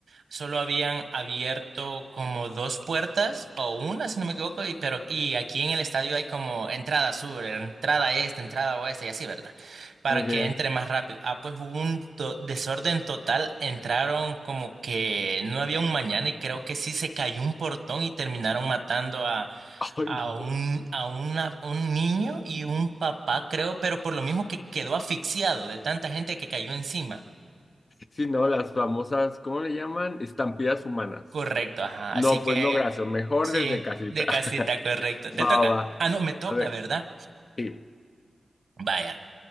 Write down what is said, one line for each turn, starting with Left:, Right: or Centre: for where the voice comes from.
Right: Solo habían abierto como dos puertas o una, si no me equivoco, y, pero y aquí en el estadio hay como entrada sur, entrada este, entrada oeste y así, ¿verdad? Para
Left: ok.
Right: que entre más
Left: <laughs>
Right: rápido. Ah, pues hubo un to- desorden total, entraron como que no había un mañana y creo que sí se cayó un portón y terminaron matando a,
Left: Ay,
Right: a
Left: no.
Right: un, a una- un niño y un papá, creo, pero por lo mismo que quedó asfixiado de tanta gente que cayó encima.
Left: Sí, no, las famosas, ¿cómo le llaman? Estampillas humanas.
Right: Correcto, ajá.
Left: No,
Right: Así que
Left: pues no, gracias. Mejor
Right: Sí,
Left: desde casita.
Right: de casita,
Left: <laughs>
Right: correcto. Te
Left: Va,
Right: toca.
Left: va, va.
Right: Ah, no, me toca,
Left: A ver,
Right: ¿verdad?
Left: sí.
Right: Vaya,